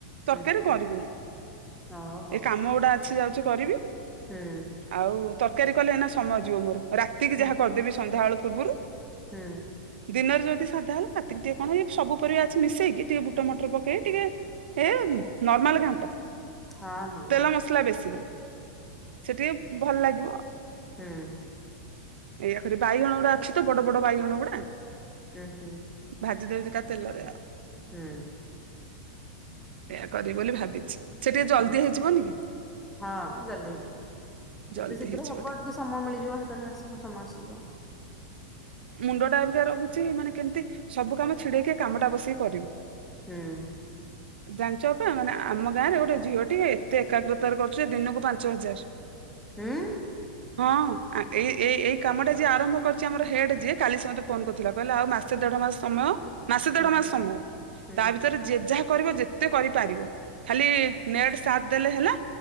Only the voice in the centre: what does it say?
ହୁଁ ହୁଁ
ଓ ହଉ।
ହୁଁ।
ହୁଁ
ହୁଁ।
ହଁ ହଁ ହଁ
ହୁଁ।
ହଁ ହୁଁ।
ହୁଁ।
ହୁଁ
ହଁ ଜଲଦି ହେଇଯିବ। ଯେତେ
ଶୀଘ୍ର
ହବ ଟିକେ ସମୟ ମିଳିଯିବ ହାତରେ ଆସିବ ସମୟ ଆସଯିବ।
ହୁଁ।
ହୁଁ।
ହୁଁ
ହୁଁ ହୁଁ